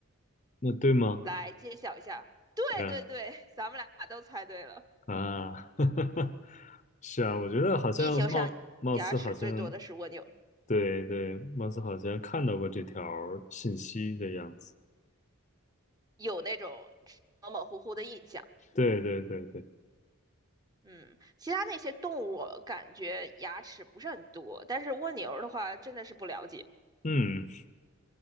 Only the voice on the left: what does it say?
那对吗？
对啊，
啊，<laughs> 是啊，我觉得好像貌貌似好像
对对，貌似好像看到过这条信息的样子。
对对对对，
嗯，